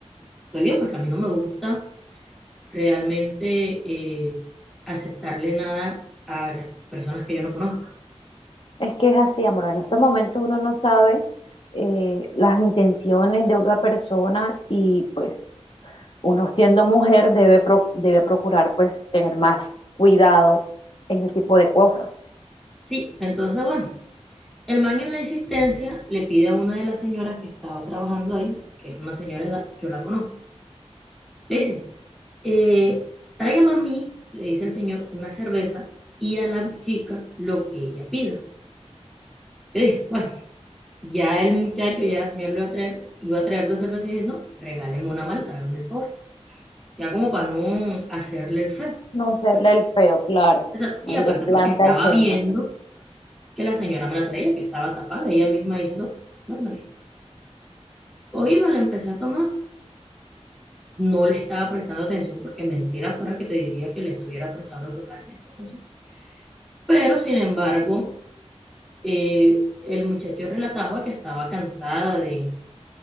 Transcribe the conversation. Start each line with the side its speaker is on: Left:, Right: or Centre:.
Centre: Estoy bien porque a mí no me gusta realmente eh, aceptarle nada a personas que yo no conozca.
Left: es que es así, amor. En estos momentos uno no sabe eh, las intenciones de otra persona y pues uno siendo mujer debe, pro- debe procurar pues tener más cuidado en ese tipo de cosas.
Centre: Sí, entonces bueno, el man en la insistencia le pide a una de las señoras que estaba trabajando ahí, que es una señora de edad, yo la conozco. Le dice, Eh, tráigame a mí, le dice el señor, una cerveza y a la chica lo que ella pida. Yo dije, bueno, ya el muchacho, ya el señor le va a traer, iba a traer dos cervezas y dije, no, regáleme una malta, hágame el favor. Ya como para no hacerle el feo.
Left: No serle
Centre: Bueno,
Left: el feo, claro.
Centre: exacto.
Left: Al
Centre: Y aparte
Left: desplante
Centre: porque estaba
Left: al señor.
Centre: viendo que la señora me la traía, que estaba tapada, ella misma hizo todo. Bueno, listo. Cogí, me la empecé a tomar, no le estaba prestando atención porque mentira fuera que te diría que le estuviera prestando totalmente atención. Pero sin embargo, eh, el muchacho relataba que estaba cansada de,